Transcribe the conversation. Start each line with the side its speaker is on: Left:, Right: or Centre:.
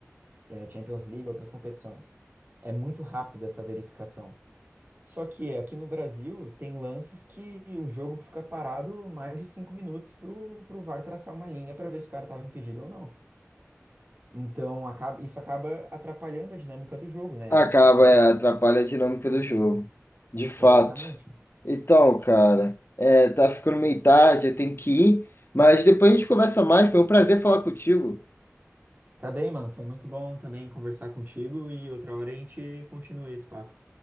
Right: eh, Champions League, outras competições. É muito rápido essa verificação. Só que aqui no Brasil tem lances que o jogo fica parado mais de cinco minutos para o VAR traçar uma linha para ver se o cara estava impedido ou não. Então acaba- isso acaba atrapalhando a dinâmica do jogo, né?
Left: Acaba,
Right: Acaba.
Left: é,
Right: ah,
Left: atrapalha a dinâmica do jogo, de fato.
Right: exatamente.
Left: Então, cara, é, tá ficando meio tarde, eu tenho que ir, mas depois a gente conversa mais. Foi um prazer falar contigo.
Right: Tá bem, mano. Foi muito bom também conversar contigo e outra hora a gente continua esse papo.